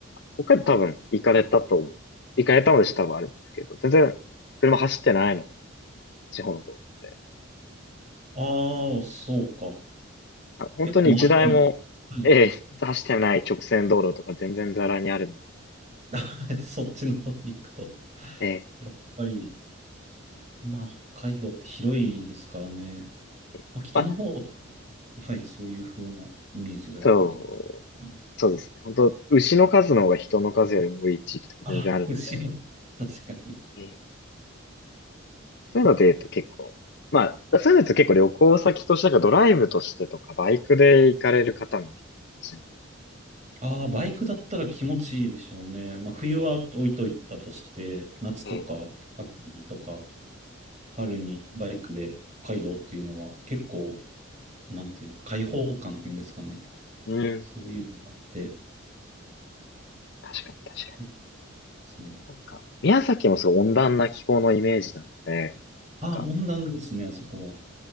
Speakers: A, on the left; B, on the right.
A: ここ多分行かれたと思う、行かれたのでしょ多分あれですけど、全然車走ってないので、地方の道路。
B: ああ、そうか。
A: あ本当に一台も、
B: 結構回ったの。はい。
A: ええ、走ってない直線道路とか全然ザラにあるの
B: <laughs> そっちの方に行くと。
A: ええ、
B: やっぱり、まあ、北海道って広いですからね。
A: ええまあ、
B: まあ、北の方、はい、そういう風なイメージがやっぱり。
A: そう、
B: ね
A: そうですね。本当牛の数の方が人の数よりも多い地域とか全然あるので、
B: あ、後ろ、<laughs> 確かに。
A: ええ、そういうので言うと結構、まあ、そういうのだと結構旅行先としてなんかドライブとしてとかバイクで行かれる方も結構いらっしゃる
B: ああ、バイクだったら気持ちいいでしょうね。まあ、冬は置いといたとして、夏とか秋とか
A: ので、ええ
B: 春にバイクで北海道っていうのは結構、なんていうか、開放感っていうんですかね。
A: うん、
B: そういうのがあって、
A: 確かに確か
B: いいですね。
A: に。なんか、宮崎もすごい温暖な気候のイメージなので、
B: ああ、
A: なんか、
B: 温暖ですね、あそこは。